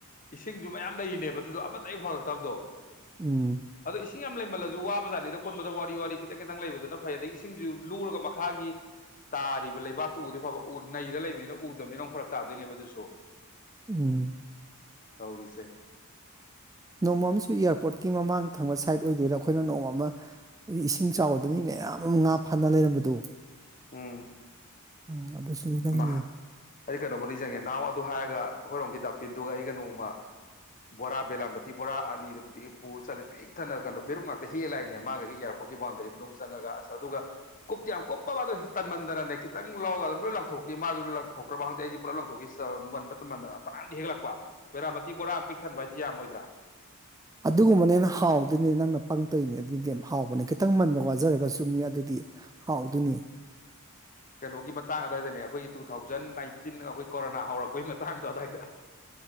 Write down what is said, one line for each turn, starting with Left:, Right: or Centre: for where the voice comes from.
Left: ꯏꯁꯤꯡꯁꯨ ꯃꯌꯥꯝ ꯂꯩꯔꯤꯅꯦꯕ ꯑꯗꯨꯗꯣ ꯑꯃꯠꯇ ꯍꯦꯛ ꯐꯪꯉꯛꯇꯕꯗꯣ
Right: ꯎꯝ
Left: ꯑꯗꯣ ꯏꯁꯤꯡ ꯌꯥꯝ ꯂꯩꯃꯜꯂꯁꯨ ꯋꯥꯕꯖꯥꯠꯅꯤꯗ ꯈꯣꯟꯕꯗ ꯋꯥꯔꯤ ꯋꯥꯔꯤ ꯈꯤꯇꯪ ꯈꯤꯇꯪ ꯂꯩꯕꯗꯨꯅ ꯐꯩ ꯑꯗꯒꯤ ꯏꯁꯤꯡꯁꯨ ꯂꯨꯔꯒ ꯃꯈꯥꯒꯤ ꯇꯥꯔꯤꯕ ꯂꯩꯕꯥꯛꯇꯨ ꯎꯗꯤ ꯐꯕ ꯎ ꯅꯩꯔ ꯂꯩꯕꯅꯤꯅ ꯎꯗꯕꯅꯤꯅꯨ ꯐꯔꯛ ꯇꯥꯗꯣꯏꯅꯦꯕ ꯑꯗꯨꯁꯨ
Right: ꯎꯝ
Left: ꯇꯧꯔꯤꯁꯦ
Right: ꯅꯣꯡꯃꯝꯁꯨ ꯏꯌꯥꯔꯄꯣꯔꯠꯀꯤ ꯃꯃꯥꯡ ꯊꯪꯕ ꯁꯥꯏꯠ ꯑꯣꯏꯗꯣꯏꯔ ꯑꯩꯈꯣꯏꯅ ꯅꯣꯡꯃ ꯏꯁꯤꯡ ꯆꯥꯎꯕꯗꯅꯤ ꯃꯌꯥꯝ ꯑꯃ ꯉꯥ ꯐꯥꯅ ꯂꯩꯔꯝꯕꯗꯣ
Left: ꯎꯝ
Right: ꯎꯝ ꯑꯗꯨꯁꯨ ꯅꯤꯡꯁꯤꯡꯉꯤ
Left: ꯑꯃ ꯑꯩ ꯀꯩꯅꯣꯕꯨ ꯅꯤꯡꯁꯤꯡꯉꯦ ꯅꯍꯥꯟꯋꯥ ꯑꯗꯨ ꯍꯥꯏꯔꯒ ꯑꯩꯈꯣꯏꯔꯣꯝꯒꯤꯗ ꯄꯤꯟꯗꯨꯒ ꯑꯩꯒ ꯅꯣꯡꯃ ꯕꯣꯔꯥ ꯕꯦꯂꯥꯕꯇꯤ ꯕꯣꯔꯥ ꯑꯅꯤꯗꯨ ꯄꯨꯔ ꯆꯠꯂꯦ ꯄꯤꯛ ꯊꯟꯅ ꯀꯩꯅꯣ ꯄꯦꯔꯨꯛ ꯉꯥꯛꯇ ꯍꯦꯜꯂꯥꯛꯏꯅꯦ ꯃꯥꯗꯒꯤ ꯏꯌꯥꯔꯄꯣꯔꯠꯀꯤ ꯕꯥꯎꯟꯗꯔꯤ ꯃꯅꯨꯡ ꯆꯪꯉꯒ ꯑꯁ ꯑꯗꯨꯒ ꯀꯨꯞꯇꯤ ꯌꯥꯝ ꯀꯨꯞꯄꯕ ꯑꯗꯨ ꯇꯟꯃꯟꯗꯅꯅꯦ ꯈꯤꯇꯪ ꯂꯧꯔꯒ ꯑꯗꯨꯝ ꯂꯣꯏ ꯊꯣꯛꯈꯤ ꯃꯥꯁꯨ ꯂꯪꯊꯣꯛꯈ꯭ꯔꯕ ꯈꯪꯗꯦ ꯑꯩꯁꯤ ꯄꯨꯂꯞ ꯂꯪꯊꯣꯛꯈꯤ ꯇꯟꯃꯟꯗꯅ ꯐꯅꯌꯥꯝꯗꯤ ꯍꯦꯛꯂꯛꯄ ꯕꯦꯔꯥꯃꯇꯤ ꯕꯣꯔꯥ ꯑꯃ ꯄꯤꯛ ꯊꯟꯕ ꯍꯥꯏꯁꯤ ꯌꯥꯝꯃꯣꯏꯗ꯭ꯔꯥ
Right: ꯑꯗꯨꯒꯨꯝꯕꯅꯦꯅ ꯍꯥꯎꯗꯣꯏꯅꯦ ꯅꯪꯅ ꯄꯪꯇꯣꯏꯅꯦ ꯑꯗꯨꯗꯤ ꯌꯥꯝ ꯍꯥꯎꯕꯅꯦ ꯈꯤꯇꯪ ꯃꯟꯕ ꯋꯥꯖꯔꯒꯖꯨꯅꯦ ꯑꯗꯨꯗꯤ ꯍꯥꯎꯗꯣꯏꯅꯤ
Left: ꯀꯩꯅꯣꯒꯤ ꯃꯇꯥꯡ ꯑꯗꯨꯋꯥꯏꯗꯅꯦ ꯑꯩꯈꯣꯏꯒꯤ ꯇꯨ ꯊꯥꯎꯖꯟ ꯅꯥꯏꯟꯇꯤꯟ ꯑꯩꯈꯣꯏ ꯀꯣꯔꯣꯅꯥ ꯍꯧꯔꯛꯄꯩ ꯃꯇꯥꯡꯗꯣ ꯑꯗꯨꯋꯥꯏꯗ